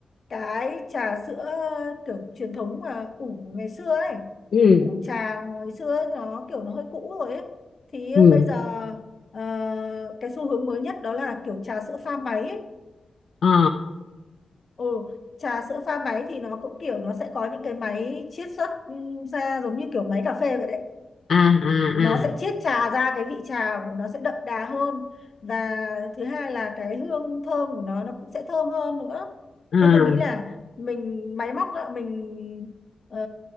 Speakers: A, on the left; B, on the left.
A: Cái trà sữa kiểu truyền thống mà ủ ngày xưa ấy,
B: ừ
A: ủ trà ngày xưa ấy, nó kiểu nó hơi cũ rồi ấy. Thì
B: ừ
A: bây giờ ờ, cái xu hướng mới nhất đó là kiểu trà sữa pha máy ấy
B: ờ
A: ừ trà sữa pha máy thì nó cũng kiểu nó sẽ có những cái máy chiết xuất ừ, ra giống như kiểu máy cà phê vậy đấy
B: à à
A: nó
B: à
A: sẽ chiết trà ra cái vị trà của nó sẽ đậm đà hơn và thứ hai là cái hương thơm của nó nó cũng sẽ thơm hơn nữa
B: à
A: thế tôi nghĩ là mình máy móc á, mình ờ,